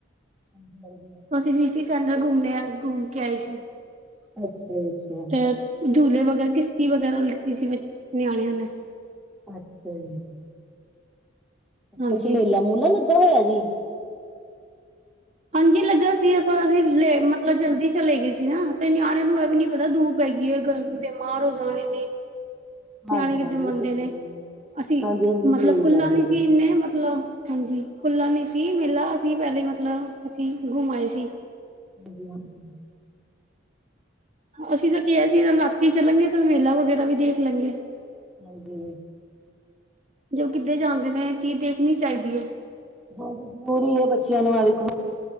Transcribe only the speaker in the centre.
ਹਾਂਜੀ, <unintelligible>
ਅੱਛਾ ਜੀ ਅੱਛਾ,
ਅੱਛਾ ਜੀ,
ਕੁਛ ਮੇਲਾ ਮੂਲਾ ਲੱਗਾ ਹੋਇਆ ਜੀ।
ਹਾਂਜੀ
ਹਾਂਜੀ
ਉਹ ਤੇ ਹੈ
ਹੀ
ਹਾਂਜੀ ਹਾਂਜੀ
ਸਹੀ
ਗੱਲ ਹੈ
ਜੀ
ਹਾਂਜੀ ਹਾਂਜੀ,
ਹਾਂਜੀ
ਬ ਜ਼ਰੂਰੀ ਹੈ ਬੱਚਿਆਂ ਨੂੰ ਇਹ ਵਿ ਘੁਮਾਣ